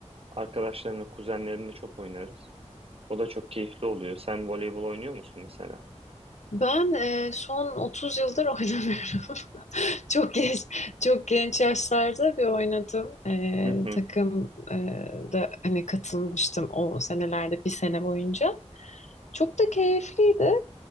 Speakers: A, on the right; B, on the left.
A: Arkadaşlarımla, kuzenlerimle çok oynarız. O da çok keyifli oluyor. Sen voleybol oynuyor musun mesela?
B: Ben e, son 30 yıldır <laughs> oynamıyorum. Çok genç, çok genç yaşlarda bir oynadım. E,
A: Hı hı.
B: takım e, da hani katılmıştım o senelerde bir sene boyunca. Çok da keyifliydi.